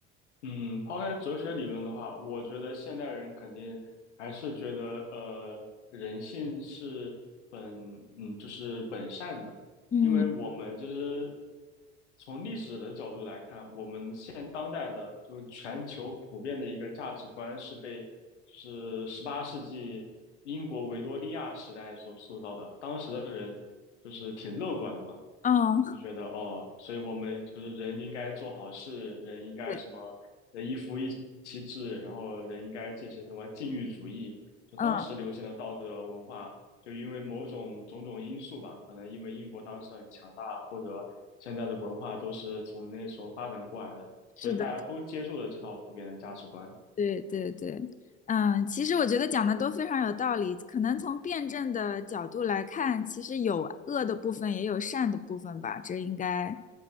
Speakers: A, on the left; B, on the left.
A: 嗯，抛开哲学理论的话，我觉得现代人肯定还是觉得，呃，人性是本，嗯，就是本善的，
B: 嗯
A: 因为我们就是从历史的角度来看，我们现当代的就是全球普遍的一个价值观是被就是十八世纪英国维多利亚时代所塑造的，当时的人就是挺乐观的嘛。
B: 嗯，
A: 就觉得哦，所以我们就是人应该做好事，人应该什么呃一夫一妻制，
B: 对，
A: 然后人应该进行什么禁欲主义，就当时流行的道德文化，
B: 嗯，
A: 就因为某种种种因素吧，可能因为英国当时很强大，或者现在的文化都是从那时候发展过来的，所以大家都接受了这套普遍的价值观。
B: 是的。对对对，嗯，其实我觉得讲的都非常有道理。可能从辩证的角度来看，其实有恶的部分，也有善的部分吧。这应该，